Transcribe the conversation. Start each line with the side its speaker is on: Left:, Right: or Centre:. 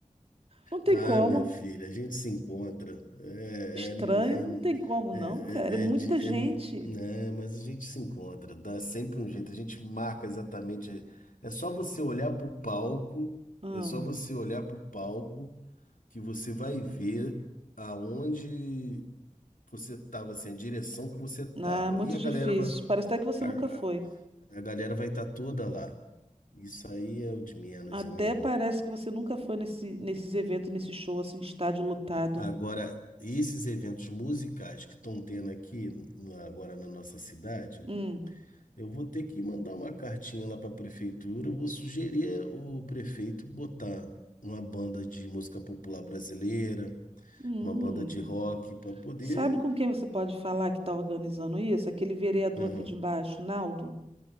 Right: Não tem
Left: Ah,
Right: como.
Left: minha filha, a gente se encontra. É,
Right: Estranho,
Left: é,
Right: não tem como
Left: é,
Right: não,
Left: é,
Right: cara. É muita
Left: é, é de-
Right: gente.
Left: é- né, mas a gente se encontra, dá sempre um jeito. A gente marca exatamente. É só você olhar pro palco,
Right: Ah,
Left: é só você olhar pro palco que você vai ver aonde. você tava assim, a direção que você
Right: ah,
Left: tava.
Right: muito
Left: E a
Right: difícil.
Left: galera vai,
Right: Parece até que você
Left: a,
Right: nunca foi.
Left: a galera vai estar toda lá. Isso aí é o de menos,
Right: Até
Left: amiga.
Right: parece que você nunca foi nesse, nesses eventos, nesse show assim de estádio lotado.
Left: Agora, esses eventos musicais que estão tendo aqui na- agora na nossa cidade,
Right: Hum,
Left: eu vou ter que mandar uma cartinha lá para a prefeitura. Eu vou sugerir o prefeito botar uma banda de música popular brasileira,
Right: hum.
Left: uma banda de rock para poder.
Right: Sabe com quem você pode falar que está organizando isso? Aquele vereador
Left: Aham.
Right: aqui de baixo, Naldo.